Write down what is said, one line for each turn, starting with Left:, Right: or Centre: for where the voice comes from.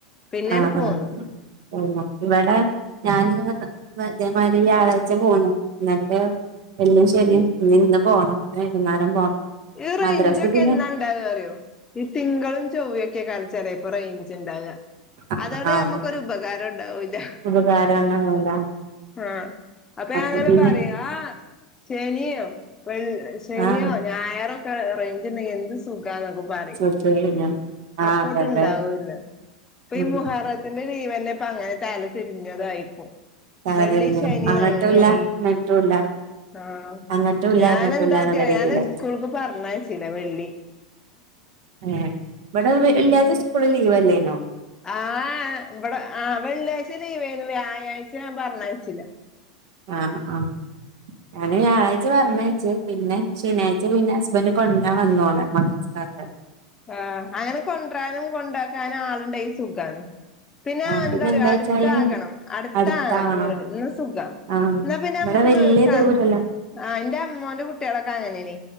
Left: പിന്നെയാണ്
Right: ആ
Left: പോന്നു
Right: ആ ന്ന ഇവിടെ ഞാനന്ന് ഇതേമാരി വ്യാഴാഴ്ച പോന്നു ന്ന്ട്ട് വെള്ളീം ശനിം ഇഞ്ഞിന്ന് പോണം വൈകുന്നേരം പോണം
Left: ഈ റെയിഞ്ച്ക്കെ
Right: മദ്രസ് പിന്നെ
Left: എന്നാണ്ടാവാറിയോ ഈ തിങ്കളും ചൊവ്വക്കെയ്കാരം ചേലെ ണ്ടാക
Right: ആഹ്
Left: അതാണേ
Right: ആഹ്
Left: നമ്മക്കൊരു ഉപകാരം ഉണ്ടാവൂല
Right: ഉപകാരം ഉണ്ടാവൂല
Left: ആ അപ്പഞാനങ്ങനെ
Right: അപ്പൊ പിന്നെ
Left: പറിം ആ ശനിം ശനി
Right: ആഹ്
Left: ഞായറൊക്കെ റെയിഞ്ച്ണ്ടെങ്കി എന്ത് സുഖന്നൊക്കെ പറിം
Right: ചോദിച്ചഴിഞ്ഞാ ആഹ്
Left: അപ്പോട്ട്ണ്ടാവുല്ല
Right: അതെ അതെ
Left: ഇപ്പി
Right: ഉം
Left: മുഹറത്തിന്റെ നീവെന്നേ പ്പങ്ങനെ തല തിരിഞ്ഞതായിപ്പോ
Right: സാഹചര്യങ്ങൾ
Left: വെള്ളി ശനി
Right: അങ്ങട്ടുല്ല
Left: അങ്ങനെയായി
Right: ഇങ്ങട്ടുല്ല
Left: ആ
Right: അങ്ങട്ടുല്ല
Left: ഞാനെന്താ
Right: ഇങ്ങട്ടുല്ല എന്നുള്ള
Left: ല്ല
Right: രീതിയിലായി
Left: ഞാനയ്ന് സ്കൂൾക്ക് പറഞ്ഞയ് ച്ചീല വെള്ളി
Right: ഏ ഇവടെ വെള്ളിയാഴ്ച
Left: പിന്നെ
Right: സ്കൂള് ലീവല്ലേനോ
Left: ആ ആ ഇവടെ ആ വെള്ളിയാഴ്ച ലീവേന്നു വ്യാഴാഴ്ച ഞാൻ പറഞായ്ച്ചീല
Right: ആ ആ അങ്ങനെ വ്യാഴാഴ്ച പറഞ്ഞയഴച്ചു പിന്നെ ശനിയാഴ്ച പിന്നെ ഹസ്ബൻഡ് കൊണ്ടാൻ വന്നോളെ മദർസ്ക്കാകാൻ
Left: ആ അങ്ങനെ കൊണ്ട്രാനും കൊണ്ടാക്കാനും ആള്ണ്ടെങ്കി സുഖാണ് പിന്നെ
Right: ആഹ്
Left: ആ എന്താറിയോ
Right: എന്താച്ചാല്
Left: അടുത്താകണം അടുത്ത
Right: അടുത്താവണം
Left: ആണം വീട് ഇന്നാ സുഖാ
Right: ആഹ്
Left: ഇന്നാ പിന്നെ
Right: ഇവിടെ
Left: നമ്മുക്ക്
Right: വല്യ
Left: വീ സ
Right: ദൂരല്ല
Left: ആ ന്റെ മ്മോന്റെ കുട്ടികളൊക്കെ അങ്ങനെനി